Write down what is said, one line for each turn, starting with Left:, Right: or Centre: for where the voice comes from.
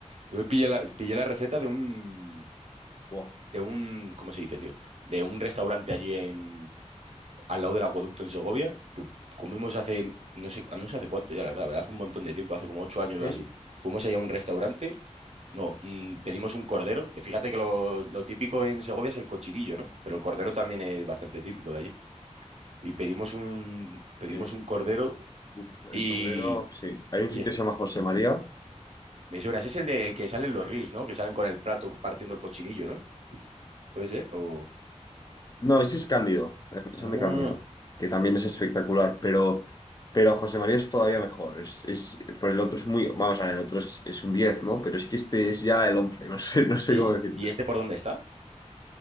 Right: yo pillé la, pillé la receta de un,
Left: Buah,
Right: de un, ¿cómo se dice, tío? De un restaurante allí en, al lado del acueducto en Segovia. que Comimos hace, no sé, no sé hace cuánto ya, la verdad, hace un montón de tiempo, hace como ocho años
Left: sí,
Right: o así. Fuimos allá a un restaurante No, mm, pedimos un cordero, que fíjate que lo, lo típico en Segovia es el cochirillo, ¿no? Pero el cordero también es bastante típico de allí. Y pedimos un, pedimos
Left: sí.
Right: un cordero
Left: Uf,
Right: y,
Left: el Cordero, sí. Hay un
Right: y
Left: sitio
Right: es-
Left: que se llama José María.
Right: me suena, ese es el, de, el que salen los reels, ¿no? Que salen con el plato partiendo el cochinillo, ¿no? ¿Puede ser? O...
Left: No, ese es Cándido, el mesón
Right: Ah,
Left: de Cándido, que también es espectacular, pero, pero José María es todavía mejor. Es, es, por el otro es muy, vamos a ver, el otro es, es un diez ¿no? Pero es que este es ya el once no sé, <laughs> no sé
Right: ¿y,
Left: cómo decirte.
Right: y este por dónde está?